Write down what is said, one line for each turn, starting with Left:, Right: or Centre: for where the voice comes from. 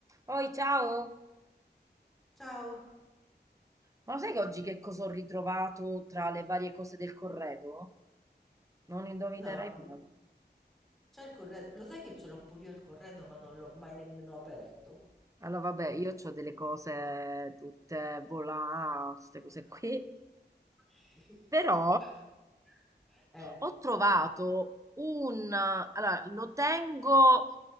Right: Poi, ciao!
Centre: Ciao,
Right: Ma lo sai che oggi che cosa ho ritrovato tra le varie cose del corredo? Non indovinerai
Centre: no, di-
Right: mai.
Centre: c'è il corredo, lo sai che ce l'ho pure io il corredo, ma non l'ho mai nemmeno aperto.
Right: Allora, vabbè, io ho delle cose tutte volà, queste cose qui.
Centre: <laughs>
Right: Però
Centre: Eh,
Right: ho trovato un... Allora, lo tengo